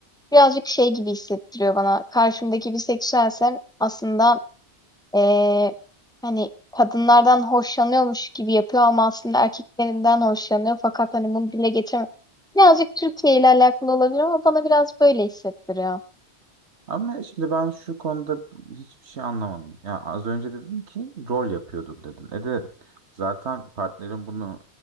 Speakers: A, in the centre; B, on the right (about 85°).
A: birazcık şey gibi hissettiriyor bana. Karşımdaki biseksüelsem aslında e, hani kadınlardan hoşlanıyormuş gibi yapıyor ama aslında erkeklerinden hoşlanıyor fakat hani bunu dile getirmiyor. Birazcık Türkiye ile alakalı olabilir ama bana biraz böyle hissettiriyor.
B: Ama şimdi ben şu konuda hiçbir şey anlamadım. Ya az önce dedin ki rol yapıyordur dedin. E de zaten partnerin bunu